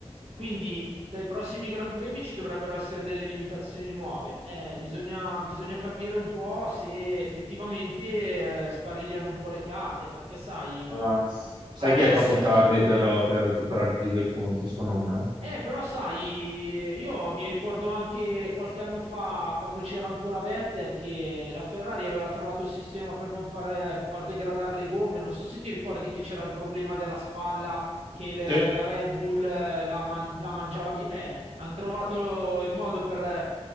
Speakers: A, on the right; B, on the right.
A: Quindi dai prossimi Gran Premi ci dovrebbero essere delle limitazioni nuove. Eh, bisogna, bisogna capire un po' se effettivamente eh, sparigliano un po' le carte, perché sai,
B: Ma sai
A: adesso
B: che è troppo tardi per, per recuperarti di quei punti, secondo me.
A: eh, però sai, io mi ricordo anche qualche anno fa, quando c'era ancora Vettel, che la Ferrari aveva trovato il sistema per non fare- far, degradare le gomme. Non so se ti ricordi che c'era il problema della spalla, che la,
B: Sì,
A: la Red Bull eh, la, man- la mangiava via. Eh, hanno trovato il modo per,